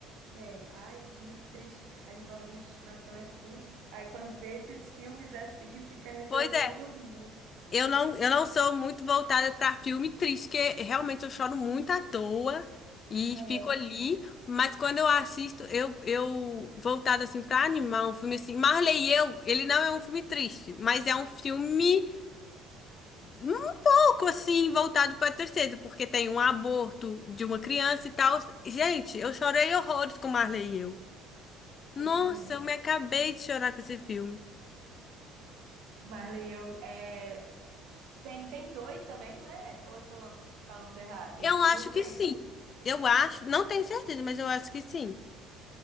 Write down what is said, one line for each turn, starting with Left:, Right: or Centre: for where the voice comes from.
Right: É, ai, muito triste. Animalzinho de estimação é tudo. Aí quando vê esses filmes assim, fica refletindo
Left: Pois é,
Right: muito.
Left: eu não, eu não sou muito voltada pra filme triste, porque realmente eu choro muito à toa e
Right: Aham,
Left: fico ali, mas quando eu assisto, eu, eu voltada assim pra animar um filme assim. Marley e eu, ele não é um filme triste, mas é um filme um pouco assim voltado pra tristeza, porque tem um aborto de uma criança e tal. Gente, eu chorei horrores com Marley e eu. Nossa,
Right: eu também.
Left: eu me acabei de chorar com esse filme.
Right: Marley, eu, é, Tem, tem dois também, não é? Ou eu tô falando errado?
Left: Eu acho
Right: Não sei.
Left: que sim. Eu acho, não tenho certeza, mas eu acho que sim.